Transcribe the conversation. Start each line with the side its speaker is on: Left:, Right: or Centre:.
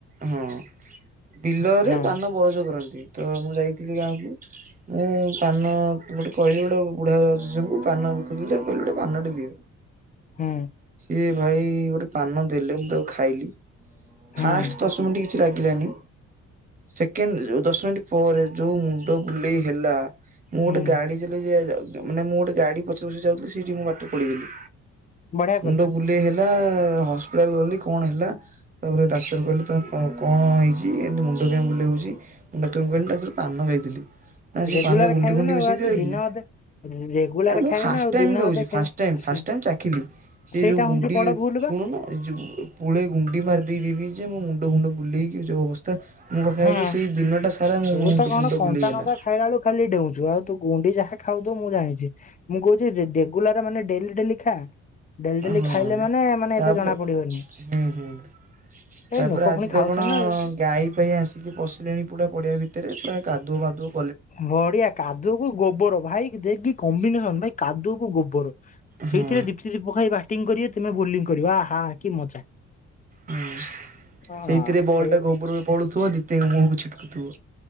Right: ହଁ ବିଲରେ
Left: ହଁ
Right: ପାନ ବରଜ କରନ୍ତି। ତ ମୁଁ ଯାଇଥିଲି ଗାଁକୁ, ମୁଁ ପାନ ଗୋଟେ କହିଲି ଗୋଟେ ବୁଢ଼ାବା ଜେଜେଙ୍କୁ ପାନ ବିକୁଥିଲେ ମୁ କହିଲି ଗୋଟେ ପାନଟେ ଦିଅ।
Left: ହୁଁ।
Right: ଏ ଭାଇ ଗୋଟେ ପାନ ଦେଲେ ମୁଁ ତାକୁ ଖାଇଲି
Left: ହୁଁ
Right: ଫାଷ୍ଟ ଦଶ ମିନିଟ କିଛି ଲାଗିଲାନି ସେକେଣ୍ଡ ଦଶ ମିନିଟ ପରେ ଯୋଉ ମୁଣ୍ଡ ବୁଲେଇ ହେଲା ମୁଁ
Left: ହୁଁ
Right: ଗୋଟେ ଗାଡି ଚଲେଇ ଆ ମାନେ ମୁଁ ଗୋଟେ ଗାଡି ପଛେ ପଛେ ଯାଉଥିଲି ସେଇଠି ମୁଁ ବାଟରେ ପଡିଗଲି।
Left: ବଢିଆ
Right: ମୁଣ୍ଡ
Left: କରୁଛୁ
Right: ବୁଲେଇ ହେଲା। ତା ହସ୍ପିଟାଲ ଗଲି କଣ ହେଲା ତାପରେ ଡାକ୍ତର କହିଲେ ତ ତମେ କ କଣ ହେଇଚି ଏମିତି ମୁ ମୁଣ୍ଡ କାଇଁ ବୁଲେଇ ହଉଚି, ଡାକ୍ତରଙ୍କୁ କହିଲି ଡାକ୍ତର ପାନ ପାଇଥିଲ ନା ସେପା
Left: ରେଗୁଲାର
Right: ନରେ ଗୁଣ୍ଡି
Left: ଖାଇବୁ
Right: ଗୁଣ୍ଡି
Left: ନା
Right: ମିଶେଇ
Left: ଆଉ ଆଉ
Right: ଦେଲା
Left: ତୁ ଦିନେ
Right: କି?
Left: ଅଧେ ରେଗୁଲାର
Right: ମୁ
Left: ଖାଇବୁ
Right: ଫାଷ୍ଟ
Left: ନା ଆଉ
Right: ଟାଇମ୍
Left: ଦିନେ
Right: ଦଉଚି
Left: ଅଧେ ଖାଇବୁ
Right: ଫ୍ୟାଷ୍ଟ ଟାଇମ୍ ଫାଷ୍ଟଟାଇମ୍
Left: ସେ
Right: ଚାଖିଲି ସେ
Left: ସେଇଟା
Right: ଯୋଉ ଗୁଣ୍ଡି
Left: ହଉଛି ବଡ ଭୁଲ
Right: ଶୁଣୁନୁ
Left: ବା
Right: ଏ ଯେଉଁ ପୁଳେ ଗୁଣ୍ଡି ମାରି ଦେଇଦେଇଚନ୍ତି ମୋ ମୁଣ୍ଡ ଫୁଣ୍ଡ ବୁଲେଇକି ଯୋଉଁ ଅବସ୍ଥା। ମୋତେ
Left: ହଁ
Right: ଆଜି ସେଇ ଦିନଟା ସାରା ମୁଁ
Left: ତୁ
Right: ମୁଣ୍ଟ
Left: ତ କଣ
Right: ମୁଣ୍ଡ
Left: କଞ୍ଚା
Right: ବୁଲିେଇ ହେଲା।
Left: ଲଙ୍କା ଖାଇଲା ବେଳୁ ଖାଲି ଡେଉଁଛୁ ଆଉ ଗୁଣ୍ଡି ଯାହା ଖାଉଥାଉ ମୁଁ ଜାଣିଚି ମୁଁ କହୁଚି ରେଗୁଲାର ମାନେ ଡେଲି ଡେଲି ଖା। ଡେଲି ଡେଲି
Right: ହଁ
Left: ଖାଇଲେ ମାନେ ମାନେ
Right: ତାପରେ
Left: ଏତେ ଜଣା ପଡିବନି।
Right: ହୁଁ ହୁଁ
Left: ଏ
Right: ତାପରେ
Left: ଲୋକ
Right: ଆଜି
Left: ପୁଣି
Right: ତ
Left: ଖାଉଛନ୍ତି
Right: କଣ
Left: ନା ଆଉ।
Right: ଗାଈ ଫାଇ ଆସି ପଶିଲେଣି ପୁରା ପଡ଼ିଆ ଭିତରେ ପୁରା କାଦଅବାଦୁଅ।
Left: ବଢିଆ କାଦୁଅକୁ ଗୋବର ଭାଇ ଦେକି କମ୍ବିନେସନ ଭାଇ କାଦୁଅକୁ ଗୋବର
Right: ହଁ
Left: ସେଇଥିରେ ଦୀପ୍ତି ଦୀପ ଭାଇ ବ୍ୟାଟିଂ କରିବେ ତୁମେ ବୋଲିଂ କରିବ ଆହ। ଆ କି ମଜା।
Right: ହୁଁ
Left: ହଁ।
Right: ସେଇଥିରେ ବଲ୍
Left: ଏ
Right: ଟା ଗୋବରରେ ପଡୁଥିବ ଦିତିଙ୍କ ମୁହକୁ ଛିଟକୁଥିବ।